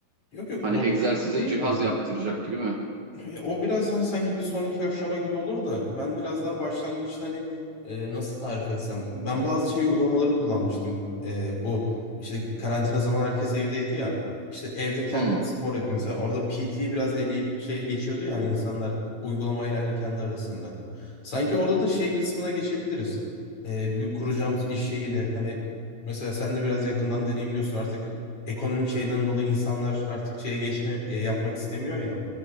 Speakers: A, on the left; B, on the right.
A: Yok yok
B: Hani
A: robotik
B: egzersize
A: gibi değil
B: cihaz
A: de.
B: yaptıracak gibi mi?
A: E, O biraz hani sanki bir sonraki aşama gibi olur da ben biraz daha başlangıçta hani e, nasıl tarif etsem. Ben bazı şey uygulamaları kullanmıştım. E, bu işte karantina zaman herkes evdeydi ya. İşte evde kendim
B: Hmm.
A: spor yapayım mesela. Orada PT biraz eleyip şeye geçiyordu ya hani insanlar uygulamayla ile kendi arasında. Sanki orada da şey kısmına geçebiliriz. E, bir kuracağımız iş şeyiyle hani mesela sen de biraz yakından deneyimliyorsun artık ekonomik şeyden dolayı insanlar artık şeye geçme e, yapmak istemiyor ya.